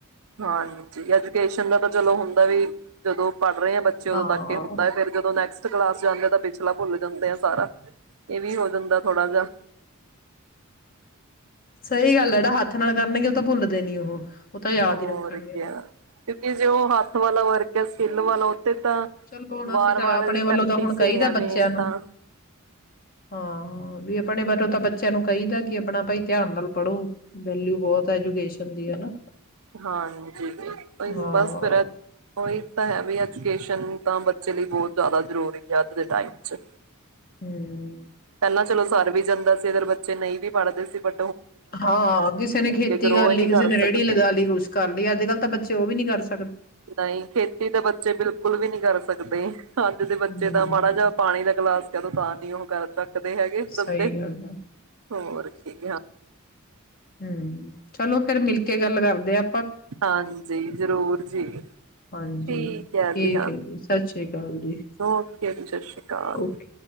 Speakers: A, on the right; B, on the left.
A: ਹਾਂਜੀ ਐਜੂਕੇਸ਼ਨ ਦਾ ਤਾਂ ਚਲੋ ਹੁੰਦਾ ਵੀ ਜਦੋਂ ਪੜ੍ਹ ਰਹੇ ਆ ਬੱਚੇ ਉਦੋਂ
B: ਹਾਂ
A: ਤੱਕ ਇਹ ਹੁੰਦਾ ਫਿਰ ਜਦੋਂ ਨੈਕਟ ਕਲਾਸ ਜਾਂਦੇ ਤਾਂ ਪਿਛਲਾ ਭੁੱਲ ਜਾਂਦੇ ਆ ਸਾਰਾ ਇਹ ਵੀ ਹੋ ਜਾਂਦਾ ਥੋੜਾ ਜਾਂ
B: ਸਹੀ ਗੱਲ ਜਿਹੜਾ ਹੱਥ ਨਾਲ ਕਰਨਗੇ ਉਹ ਤਾਂ ਭੁੱਲਦੇ ਨੀ ਉਹ ਉਹ ਤਾਂ ਯਾਦ
A: ਹੋਰ
B: ਹੀ ਰੱਖਣਗੇ
A: ਕਿਆ
B: ਫਿਰ
A: ਕਿਉਂਕਿ ਜੇ ਉਹ ਹੱਥ ਵਾਲਾ ਵਰ ਸਕਿਲ ਵਾਲਾ ਤਾਂ
B: ਚਲੋ ਹੁਣ
A: ਵਾਰ
B: ਅਸੀਂ ਤਾਂ
A: ਵਾਰ
B: ਆਪਣੇ
A: ਪ੍ਰੈਕਟਿਸ
B: ਵੱਲੋਂ ਤਾਂ ਹੁਣ ਕਹੀਦਾ
A: ਹੀ ਹੈ ਮੇਨ
B: ਬੱਚਿਆਂ ਨੂੰ
A: ਤਾਂ
B: ਹਾਂ ਵੀ ਆਪਣੇ ਬਰੋ ਤਾਂ ਬੱਚਿਆਂ ਨੂੰ ਚਾਹੀਦਾ ਕਿ ਆਪਣਾ ਭਾਈ ਧਿਆਨ ਨਾਲ ਪੜ੍ਹੋ ਵੈਲਿਊ ਬਹੁਤ ਐਜੂਕੇਸ਼ਨ ਦੀ ਹਨਾ
A: ਹਾਂਜੀ ਜ
B: ਹਾਂ
A: ਬਸ ਫਿਰ ਉਹੀ ਤਾਂ ਹੈ ਵੀ ਐਜੂਕੇਸ਼ਨ ਤਾਂ ਬੱਚੇ ਲਈ ਬਹੁਤ ਜ਼ਿਆਦਾ ਜ਼ਰੂਰੀ ਹੈ ਅੱਜ ਦੇ ਟਾਈਮ '
B: ਹਮ
A: ਪਹਿਲਾਂ ਚਲੋ ਸਰ ਵੀ ਜਾਂਦਾ ਸੀ ਇਧਰ ਬਾ ਚੇਨਈ ਵੀ ਪੜ੍ਹਦੇ ਸੀ ਪਰ
B: ਹਾਂ ਕਿਸੇ ਨੇ ਖੇਤੀ
A: ਗਰੋ
B: ਕਰ
A: ਹੀ
B: ਲਈ
A: ਨਹੀਂ
B: ਕਿਸੇ ਨੇ ਰੇਹੜੀ
A: ਸਕਦੇ।
B: ਲਗਾ ਲਈ ਕੁੱਛ ਕਰ ਲਈ ਅੱਜ ਕੱਲ ਤਾਂ ਬੱਚੇ ਉਹ ਵੀ ਨੀ ਕਰ ਸਕ
A: ਨਹੀਂ ਖੇਤੀ ਤਾਂ ਬੱਚੇ ਬਿਲਕੁਲ ਵੀ ਨਹੀਂੀ ਕਰ ਸਕਦੇ ਅੱਜ ਦੇ ਬੱਚੇ
B: ਹਮ
A: ਤਾਂ ਮਾੜਾ ਜਿਹਾ ਪਾਣੀ ਦਾ ਗਿਲਾਸ ਕਦੋ ਤਾਂ ਨਹੀਂੀ ਉਹ ਕਰ ਤ ਦੇ ਹੈਗੇ ਦੰਦੇ
B: ਸਹੀ ਗੱਲ ਹੈ
A: ਹੋਰ ਠੀਕ ਹਾਂ
B: ਹਮ ਚਲੋ ਫੇਰ ਮਿਲਕੇ ਗੱਲ ਕਰਦੇ ਆ
A: ਹਾਂਜੀ ਜ਼ਰੂਰ ਜੀ ਠੀਕ
B: ਹਾਂਜੀ
A: ਹੈ
B: ਠੀਕ
A: ਜੀ ਹਾਂ
B: ਸਤਿ ਸ੍ਰੀ ਅਕਾਲ ਜੀ
A: ਓਕੇ ਜੀ ਸਤਿ ਸ਼੍ਰੀ ਅਕਾਲ
B: ਓਕੇ